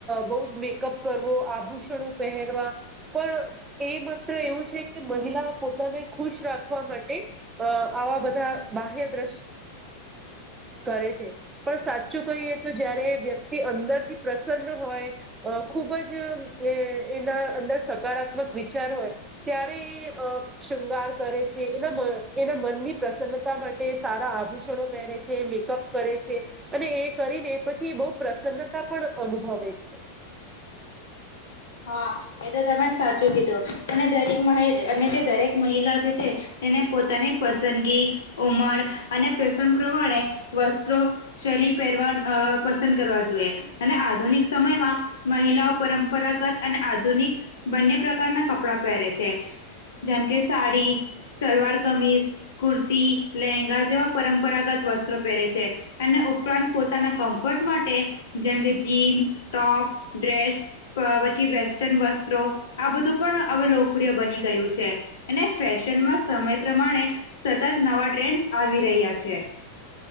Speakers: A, on the right; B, on the left.
A: બો જ મેકઅપ કરવો ભૂષણો પહેરવા પણ એ માત્ર એવું છે કે મહિલા પોતાને ખુશ રાખ રાખવા માટે આવા બધા બાહ્ય દ્રશ કરે છે પણ સાચું કહીએ તો જયારે વ્યક્તિ અંદરથી પ્રસન્ન હોય ખૂબ જ અ એ એના અંદર સકારાત્મક વિચાર હોય ત્યારે એ શૃંગાર કરે છે એના એના મનની પ્રસન્નતા માટે સારા આભૂષણો પહેરે છે મેકઅપ કરે છે અને એ કરીને પછી બહુ પ્રસન્નતા પણ અનુભવે છે
B: હા એ તો તમે સાચું કીધું અને દરેક અને જે દરેક મહિલા જે છે એને પોતાની પસંદગી ઉમર અને પ્રસંગ પ્રમાણે વસ્ત્રો શૈલી પહેરવાન પસંદ કરવા જોઈએ અને આધુનિક સમયમાં મહિલાઓ પરંપરાગત અને આધુનિક બંને પ્રકારના કપડા પહેરે છે જેમ કે સાડી સલવાર કમીઝ કુર્તી લેહેંગા જેવા પરંપરાગત વસ્ત્રો પહેરે છે અને ઉપરાંત પોતાના કમ્ફર્ટ માટે જેમ કે જીન્સ ટોપ <inaudible> વસ્ટ વત્રો આ બધ પણ હ લોકપ્રિય બની ગયું છે અને ફેશમાં. સમય પ્રમાણે સતત નવા ટ્રેન્સ આવી રહ્યા છે.